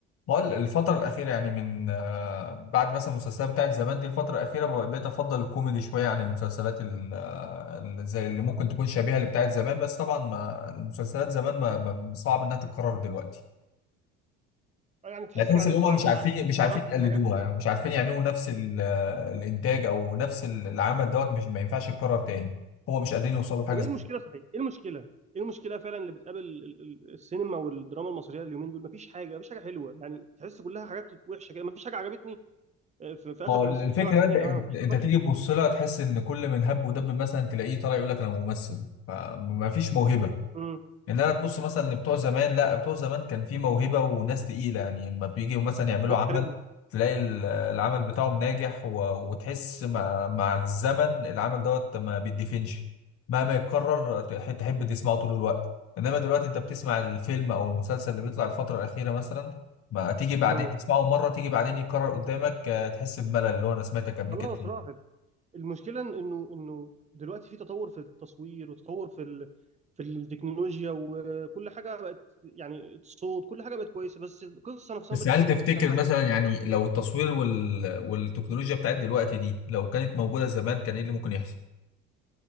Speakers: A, on the left; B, on the right.
A: بقول الفترة الأخيرة يعني من آه، بعد مثلا المسلسلات بتاعت زمان دي الفترة الأخيرة بقى- بقيت أفضل الكوميدي شوية عن المسلسلات ال- آه، ال- زي اللي ممكن تكون شبيهة اللي بتاعت زمان بس طبعا ما المسلسلات زمان ما ما- صعب إنها تتكرر دلوقتي
B: آه، يعني تحس
A: يعني تحس
B: بعد
A: إن
B: بعد
A: هما مش
B: ما
A: عارفين مش
B: جربت
A: عارفين يقلدوها
B: الحياه كده
A: يعني مش عارفين يعملوا نفس ال- آه، الإنتاج أو نفس ال- العمل دوت مش ما ينفعش يتكرر تاني هو مش قادرين يوصلوا حاجة
B: طب ايه
A: زي
B: المشكله صحيح ايه المشكله ايه المشكله فعلا اللي بتقابل ال- ال- السينما والدراما المصريه اليومين دول مفيش حاجه مفيش حاجه حلوه يعني تحس كلها حاجات وحشه كده مفيش حاجه عجبتني آه، في, في
A: ما
B: اخر
A: هو الفكرة
B: ست سبع سنين
A: انت
B: يا
A: انت
B: جماعه مفيش
A: انت
B: حاجه خالص
A: تيجي تبص لها تحس ان كل من هب ودب مثلا تلاقيه طالع يقول لك انا ممثل فما فيش موهبة
B: امم
A: ان انا تبص مثلا لبتوع زمان لا بتوع زمان كان في موهبه وناس تقيله يعني اما بيجوا مثلا يعملوا
B: ناس
A: عمل
B: كاريزما
A: تلاقي ال- آه، العمل بتاعهم ناجح و... وتحس مع... مع الزمن العمل دوت ما بيدفنش مهما يتكرر تح- تحب تسمعه طول الوقت انما دلوقتي انت بتسمع الفيلم او المسلسل اللي بيطلع الفتره الاخيره مثلا ما تيجي بعدين
B: امم
A: تسمعه مره تيجي بعدين يتكرر قدامك آه، تحس بملل اللي هو انا سمعتك قبل
B: خلاص
A: كده
B: راحت المشكله إن- انه انه دلوقتي في تطور في التصوير وتطور في ال... في التكنولوجيا وكل حاجه بقت يعني الصوت كل حاجه بقت كويسه بس القصه نفسها
A: بس
B: ما بقتش
A: هل
B: حلوه
A: تفتكر
B: التمثيل
A: مثلا
B: ما بقاش
A: يعني لو التصوير وال... والتكنولوجيا بتاعت دلوقتي دي لو كانت موجودة زمان كان ايه اللي ممكن يحصل؟